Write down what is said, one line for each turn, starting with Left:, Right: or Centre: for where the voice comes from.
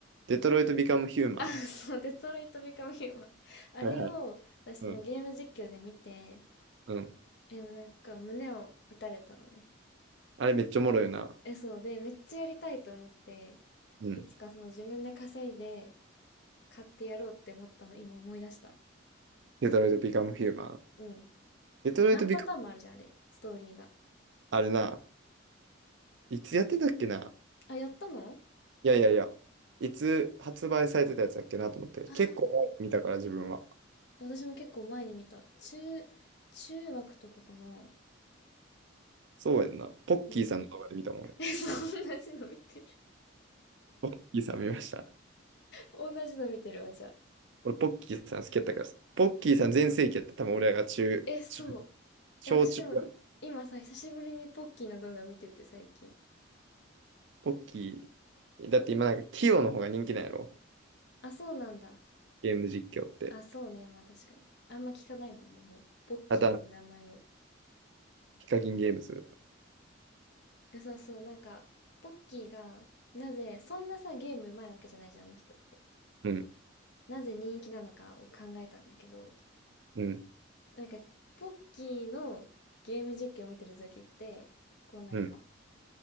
Right: デトロイト・ビカム・ヒューマン。
Left: あ、そう、デトロイト・ビカム・ヒューマン。あれを、
Right: はいはい。
Left: 私そのゲーム実況で見て、
Right: うん。うん。
Left: え、もうなんか胸を打たれたのね。
Right: あれめっちゃおもろいな。
Left: え、そうで、めっちゃやりたいと思って、
Right: うん。
Left: いつかその自分で稼いで買ってやろうって思ったの、今思い出した。
Right: デトロイト・ビカム・ヒューマン。
Left: うん。
Right: デトロイト・
Left: 何パターンもあるじゃん、
Right: ビカム、
Left: あれ、ストーリーが。
Right: あれな。いつやってたっけな。
Left: あ、やったの
Right: いやいやいや。いつ発売されてたやつだっけなと思って。
Left: あー、
Right: 結構前に見たから自分は。
Left: 私も結構前に見た。中、中学とかかな。
Right: そうやんな。ポッキーさんの動画で見たもん俺。
Left: うん。え、そう、同じの見てる。
Right: ポッキーさん見ました。
Left: 同じの見てるわ、じゃあ。
Right: 俺、ポッキーさん好きやったからさ。ポッキーさん全盛期やった。多分俺らが中、
Left: え、そう。
Right: 中、小中ぐらい、
Left: え、私でも、今さ、久しぶりにポッキーの動画見てて、最近。
Right: ポッキー。だって今なんか、キヨの方が人気なんやろ。
Left: あ、そうなんだ。
Right: ゲーム実況って。
Left: あ、そうね、まあ確かに。あんま聞かないもんね、もう。ポッキーって名前を。
Right: あとは、ヒカキンゲームズ。
Left: 良さそう。なんか、ポッキーが、なぜ、そんなさ、ゲームうまいわけじゃないじゃん、あの人って。
Right: うん、
Left: なぜ人気なのかを考えたんだけど、
Right: うん、
Left: なんか、ポッキーのゲーム実況を見てる時って、こうなんか、
Right: うん。